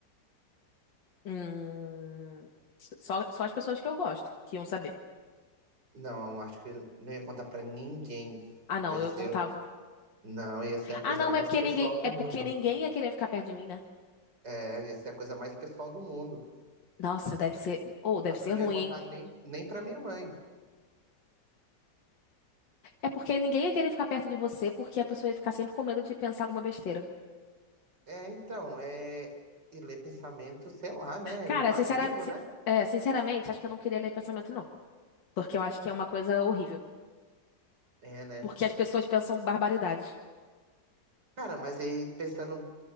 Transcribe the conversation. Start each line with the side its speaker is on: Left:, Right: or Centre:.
Left: Hum... Só, só as pessoas que eu gosto que iam saber.
Right: Não, acho que não ia contar pra ninguém.
Left: Ah, não,
Right: Ia
Left: eu
Right: ser,
Left: contava.
Right: não, ia ser a coisa
Left: Ah, não,
Right: mais
Left: mas é porque
Right: pessoal
Left: ninguém,
Right: do
Left: é porque
Right: mundo.
Left: ninguém ia querer ficar perto de mim, né?
Right: É, ia ser a coisa mais pessoal do mundo.
Left: Nossa, deve ser, ou deve
Right: Acho
Left: ser
Right: que eu
Left: ruim,
Right: não ia contar
Left: hein?
Right: nem, nem pra minha mãe.
Left: É porque ninguém ia querer ficar perto de você porque a pessoa ia ficar sempre com medo de pensar alguma besteira.
Right: É, então, é, e ler pensamentos, sei lá, né?
Left: Cara,
Right: É invasivo,
Left: sincera... si-
Right: né?
Left: é, sinceramente, acho que eu não queria ler pensamento, não. Porque eu acho que é uma coisa horrível.
Right: É, né?
Left: Porque as pessoas pensam barbaridades.
Right: Cara, mas aí pensando,